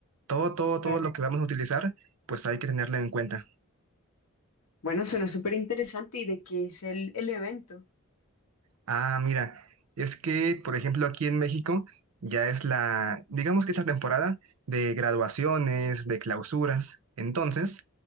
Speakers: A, on the right; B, on the left.
A: todo, todo,
B: Claro.
A: todo lo que vamos a utilizar, pues hay que tenerlo en cuenta.
B: Bueno, suena súper interesante. ¿Y de qué es el, el evento?
A: Ah, mira, es que, por ejemplo, aquí en México ya es la, digamos que es la temporada de graduaciones, de clausuras. Entonces,